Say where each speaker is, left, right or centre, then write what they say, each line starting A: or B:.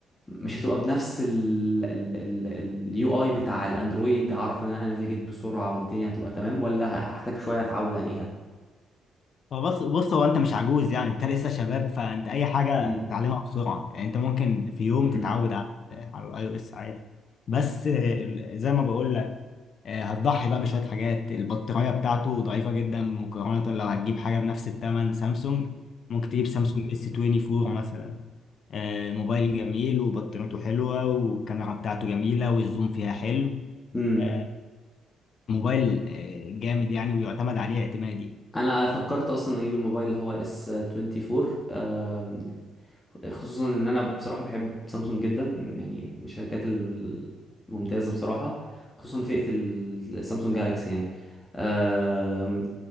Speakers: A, on the left; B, on the left.
A: مش هتبقى بنفس اليو اي بتاع الاندرويد هعرف ان انا انافيجيت بسرعة والدنيا هتبقى تمام ولا هحتاج شوية اتعود عليها
B: هو بص بص هو انت مش عجوز يعني انت لسه شباب فانت اي حاجه
A: مم.
B: تتعلمها بسرعه يعني انت ممكن في يوم تتعود
A: مم.
B: على على الاي او اس عادي بس آه، زي ما بقول لك آه، هتضحي بقى بشويه حاجات البطاريه بتاعته ضعيفه جدا مقارنه لو هتجيب حاجه بنفس الثمن سامسونج ممكن تجيب سامسونج اس 24 مثلا آه، موبايل جميل وبطاريته حلوه والكاميرا بتاعته جميله والزوم فيها حلو
A: مم.
B: آه، موبايل آه، جامد يعني ويعتمد عليه اعتمادي
A: انا فكرت اصلا اجيب الموبايل اللي هو اس 24 خصوصا ان انا بصراحه بحب سامسونج جدا يعني من الشركات الممتازه بصراحه خصوصا فئه السامسونج جالاكسي يعني آم،